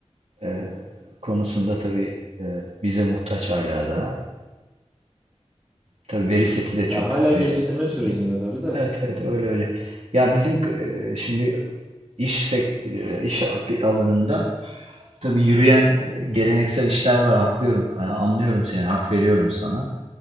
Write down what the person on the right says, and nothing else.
e, konusunda tabii e, bize muhtaç hala da. Tabii veri seti de çok
e,
iyi.
Evet evet öyle öyle. Ya bizim e, şimdi iş sek, e, iş alanında tabii yürüyen e, geleneksel işler var haklıyorum. E, anlıyorum seni, hak veriyorum sana.